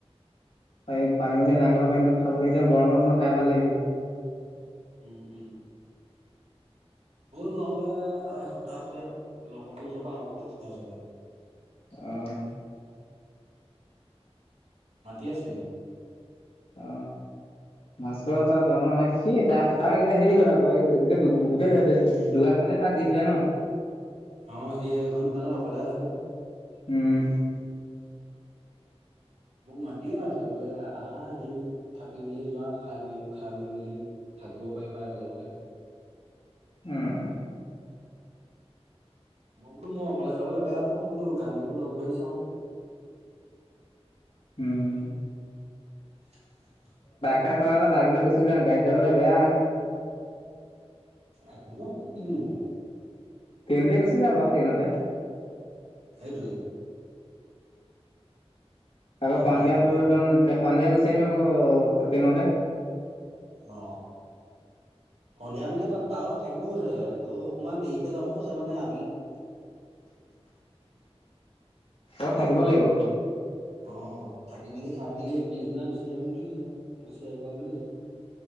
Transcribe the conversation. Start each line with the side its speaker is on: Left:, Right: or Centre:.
Left: পাৰি পাৰি মেলি নাৰীকলৰ পানীটো খাবলৈ এতিয়া গৰমত ন খায় ভাল লাগিব।
Right: উম উম। বল নহ'লে আৰু এসপ্তাহৰ পিছত লগৰটো ওচৰৰ পৰা আহোঁ ভাস্কৰ ওচৰৰ পৰা।
Left: অহ।
Right: মাতি আছে সি।
Left: অ। ভাস্কৰৰ তাত জানই, সি তাৰ তাৰ এতিয়া হেৰি হ'ল আকৌ এই গোটেই গোটেই দো দো দোকানখনেই তাক দি দিলে ন?
Right: অ সি সেইখন দোকানত অকলেহে থাকে।
Left: উম।
Right: মোক মাতিহে আছে বোলে আহ আহা এদিন থাকি মেলি যোৱা খাই খাই বৈ মেলি থাকিব পাৰিবা একেলগতে।
Left: উম।
Right: মই বোলো মই অকলে যাবলৈ বেয়া পাওঁ, বোলো গান্ধীকো লগ ধৰি চাওঁ।
Left: উম।
Right: <inaudible>
Left: তাই তই অলপ বাইক লৈ গুচি যাম, গাড়ীত যাবলৈ বেয়া।
Right: একো নহয়? <unintelligible>
Left: ট্ৰেইনতে গুচি যাম বাৰু, ট্ৰেইনতে।
Right: সেইটোৱেই।
Left: আকৌ
Right: কি
Left: সন্ধিয়া
Right: কথাটো
Left: তোৰ
Right: আছিলে
Left: একদম সন্ধিয়া গুচি আহিম আকৌ টেইনতে।
Right: অ, সন্ধিয়া মানে তাত তাৰ লগত থাকিব কৈছে। <unintelligible> অকণমান দেৰিকে যাব কৈছে মানে আ
Left: অ, থাকিব লাগিব।
Right: অ, থাকি মেলি, খাই মেলি পিছদিনা গুচি আহিম বুলি কৈছে, গুচি আহিবা বুলি কৈছে।